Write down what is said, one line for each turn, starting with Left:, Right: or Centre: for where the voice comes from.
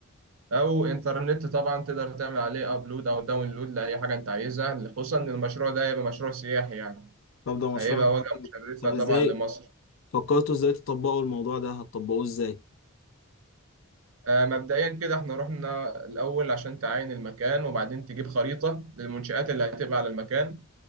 Right: أو إنترنت طبعا تقدر تعمل عليه أبلود أو داونلود لأي حاجة أنت عايزها خصوصا إن المشروع ده هيبقى مشروع سياحي يعني
Left: طب ده مشروع
Right: هيبقى وجهة مشرفة
Left: طب
Right: طبعا
Left: ازاي
Right: لمصر
Left: فكرتوا ازاي تطبقوا الموضوع ده هتطبقوه ازاي
Right: آه، مبدئيا كده احنا رحنا الأول عشان تعاين المكان وبعدين تجيب خريطة للمنشآت اللي هتبقى على المكان